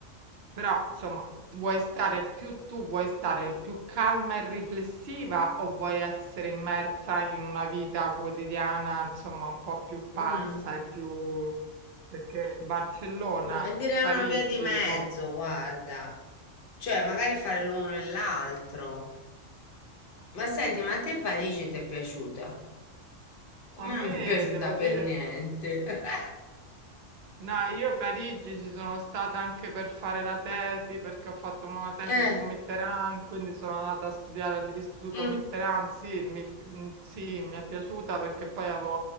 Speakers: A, on the right; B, on the left.
A: però insomma, vuoi stare più tu, vuoi stare più calma e riflessiva o vuoi essere immersa in una vita quotidiana, insomma, un po' più pazza
B: Mm,
A: e più perché Barcellona,
B: eh, direi
A: Parigi
B: una via di mezzo,
A: o
B: guarda. Cioè, magari fare l'uno e l'altro. Ma senti, ma a te Parigi ti è piaciuta? A me
A: a
B: non
A: me
B: mi è piaciuta
A: devo
B: per
A: dire
B: niente. <laughs>
A: No, io a Parigi ci sono stata anche per fare la tesi, perché ho fatto una tesi
B: Eh,
A: su Mitterrand, quindi sono andata a studiare all'Istituto
B: mm,
A: Mitterrand. Sì, mi, mm, sì, mi è piaciuta perché poi avevo